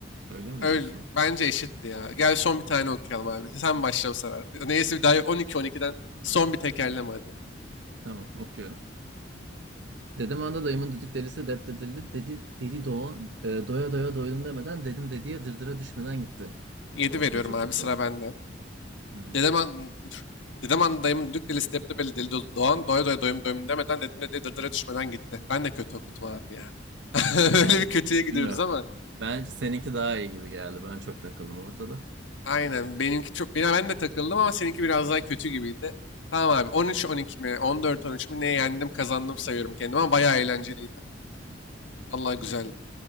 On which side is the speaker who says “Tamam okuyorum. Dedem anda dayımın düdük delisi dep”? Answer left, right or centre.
Right